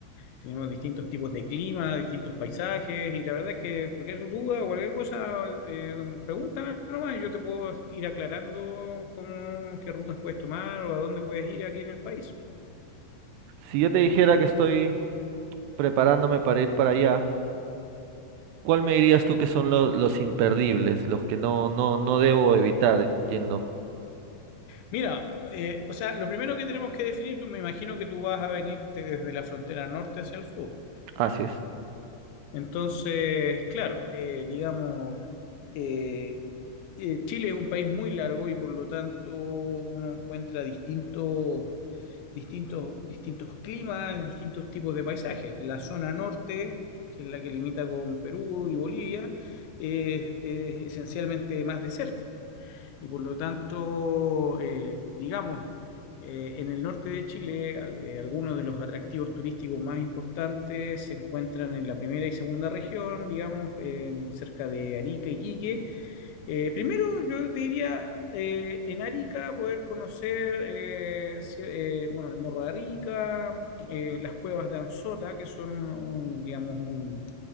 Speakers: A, on the left; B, on the right.
A: tenemos distintos tipos de clima, distintos paisajes, y la verdad es que cualquier duda, o cualquier cosa, eh, pregúntame nomás y yo te puedo ir aclarando cómo, qué rutas puedes tomar o a dónde puedes ir aquí en el país.
B: Si yo te dijera que estoy preparándome para ir para allá, ¿cuál me dirías tú que son lo- los imperdibles, los que no, no, no debo evitar yendo?
A: Mira, eh, o sea, lo primero que tenemos que definir, tú- me imagino que tú vas a venirte desde la frontera norte hacia el sur.
B: Así es.
A: Entonces, claro, eh, digamos, eh, eh, Chile es un país muy largo y por lo tanto uno encuentra distintos, distintos, distintos climas, distintos tipos de paisajes. La zona norte, que es la que limita con Perú y Bolivia, eh, es esencialmente más desértica y por lo tanto, eh, digamos, eh, en el norte de Chile, al- eh, algunos de los atractivos turísticos más importantes se encuentran en la primera y segunda región, digamos, en cerca de Arica y Quique, eh, primero, yo te diría eh, en Arica poder conocer eh, si- eh, bueno, el Morro de Arica, eh, las cuevas de Anzota, que son un, un, digamos, un,